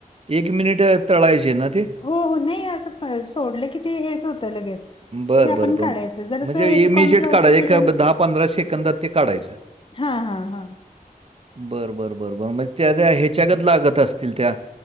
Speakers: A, on the right; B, on the left.
A: एक मिनिट तळायचे ना ते.
B: हो हो नाही असं सोडलं की ते हेच होतं लगेच.
A: बरं
B: म्हणजे आपण
A: बरं ब
B: काढायचं. जरासं
A: म्हणजे
B: ह्याच्या
A: इमिजिएट
B: कॉर्नफ्लॉवरच्या
A: काढाय
B: पिठानं
A: ऐक दहा पंधरा सेकंदात ते काढायचं
B: हा हा हा...
A: र <unintelligible> बर बरं बरं म्हणजे त्या त्या ह्याच्यागत लागत असतील त्या